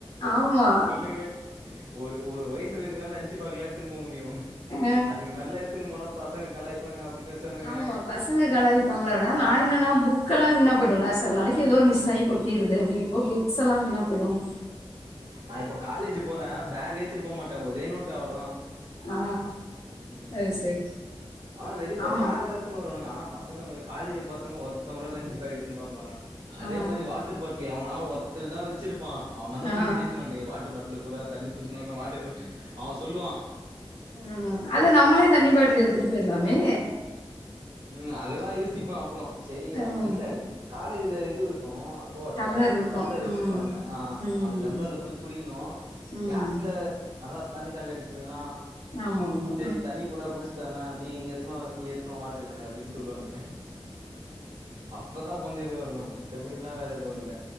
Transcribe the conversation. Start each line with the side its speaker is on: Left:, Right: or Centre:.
Left: ஆமா
Right: சொல்லுங்க ஒரு ஒரு வயசு வரை தா லஞ்சு ஞ்சு பேக்குலா எத்ன்னு போக முடியும்
Left: ஆ
Right: அதுக்கு மேல எத்ன்னு போனா பசங்க கலாய் பாணுங்க அப்டி பேசுவானுங்க
Left: ஆமா பசங்க
Right: அதெல்லா
Left: கலாய்ப்பாங்களாட
Right: அதா
Left: நா என்னன்னா புக்கெல்லா வீணா போயிடுலா செல நாளைக்கு ஏதோ ஒரு மிஸ்
Right: ம்
Left: ஆயி கொட்டிருது அப்படிங்கிறப்போ புக்ஸ் எல்லா வீணா போய்டும்
Right: நா இப்ப காலேஜ் போற பேக்கே எத்துட்டு போ மாட்ட ஒரே நோட்டு அவ்ளதா
Left: ஆ
Right: உம்
Left: அது சரி
Right: ஆனா நெறை பேர்
Left: ஆமா
Right: பேகுலா எத்துனு வருவாணுங்க ஆனா பசங்க காலே பசங்க ஒருத் த்தன் கொட லஞ்சு பேக் எத்துன்னு வர மாட்டா அதே
Left: ஆ
Right: மாரி வாட்டர் பாட்டில் எவனா ஒருத்தர் தா வச்சிருப்பான் அவனாண்ட
Left: ஆ
Right: போயிட்டு கெஞ்சனும் டேய் வாட்டர் பாட்லு குட்ரா தண்ணி புடிசுனு வரணும் வாட்டர்கல் அவன் சொல்லுவான்
Left: உம் அத நம்மளே தண்ணி பாட்ல எடுத்துட்டு போயிர்லாமே
Right: உம் அததா யோசிப்ப அப்புறோம் சேரி
Left: ம்
Right: இல்ல காலேஜ்ல இது இருக்கும் கோட்டுரு
Left: டம்ளர்
Right: அங்க போய்
Left: இருக்கு
Right: டம்ளர் வச்சிருப்பாங்க
Left: ம்
Right: ஆ
Left: ம்
Right: அந்த டம்ளர்ல போய் குடிக்கணும்
Left: ம்
Right: க்ளாஸ்ல அதா தண்ணி தாக எடுத்ததுன்னா
Left: ஆமா ஆமா
Right: சேரி தண்ணி பூறா குடிச் த்தண்னா நீ எத்துனுவா நீ எத்துனுவா வாட்ருக்கேன அப்டின் சொல்வானுங்க அப்பதா கொஞ்ச இதுவாருகும் மிச்சபடிலா வேற எதுவுல்ல